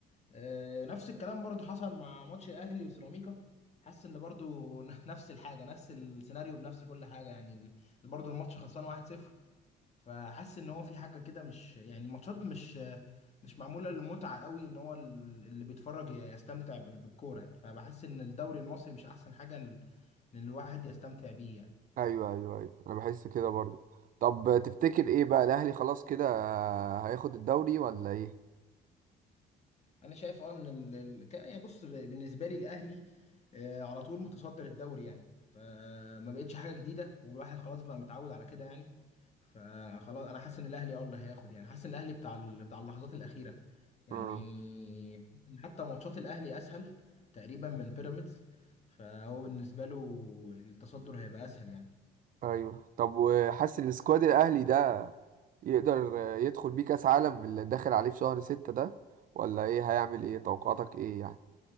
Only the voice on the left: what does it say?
آه، نفس الكلام برضو حصل مع ماتش الاهلي وسيراميكا حاسس ان برضو <laughs> نفس الحاجه نفس السيناريو بنفس كل حاجه يعني ال- برضو الماتش خلصان 1-0 فحاسس ان هو في حاجه كده مش يعني الماتشات مش مش معموله للمتعه قوي ان هو ال- اللي بيتفرج يستمتع بال- بالكوره يعني فبحس ان الدوري المصري مش احسن حاجه ال- ان الواحد يستمتع بيه يعني
انا شايف اه ان ال... ال- ك- يعني بص ب- بالنسبه لي الاهلي آه، على طول متصدر الدوري يعني فما بقتش حاجه جديده والواحد خلاص بقى متعود على كده يعني فخلاص انا حاسس ان الاهلي اه اللي هياخد يعني حاسس ان الاهلي بتاع ال... بتاع اللحظات الاخيره يعني
حتى ماتشات الاهلي اسهل تقريبا من بيراميدز فهو بالنسبه له التصدر هيبقى اسهل يعني